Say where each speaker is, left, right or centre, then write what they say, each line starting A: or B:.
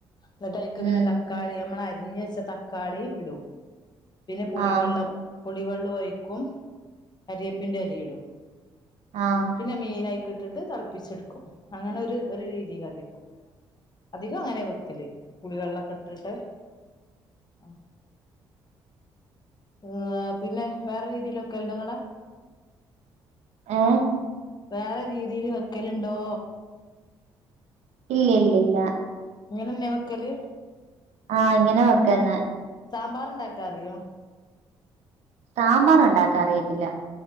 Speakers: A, on the left; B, on the right.
A: ഇന്നട്ടയ്ക്ക് പിന്നെ
B: ഉം
A: ത ക്കാളി നമ്മൾ അരിഞ്ഞ് വെച്ച തക്കാളി ഇടും. പിന്നെ പുളിവെള്ളം
B: ആഹ്
A: പുളിവെള്ളും ഒഴിക്കും കരിയേപ്പിന്റെ എല യിടും.
B: ആഹ്.
A: പിന്നെ മീനയ്ക്ക് ഇട്ടിട്ട് തളപ്പിച്ചെടുക്കും. അങ്ങനെ ഒരു ഒരു രീതി കറി വെക്കും. അധികം അങ്ങനെ വെക്കല് പുളിവെള്ളക്കെ ഇട്ടാട്ട്. ആഹ്. ഏഹ് പിന്നെ വേറെ രീതിയില് വെക്കല്ണ്ടൊങ്ങളെ?
B: ഏഹ്?
A: വേറെ രീതീല് വെക്കലുണ്ടോ?
B: ഇല്ല്യല്ലല്ലാ.
A: ഇങ്ങനെന്നെ വെക്കല്?
B: ആഹ് ഇങ്ങനെ വെക്ക്ന്നെ.
A: സാമ്പാർ ഇണ്ടാക്കാ അറിയോ?
B: സാമ്പാറ ഉണ്ടാക്കാൻ അറിയത്തില്ല.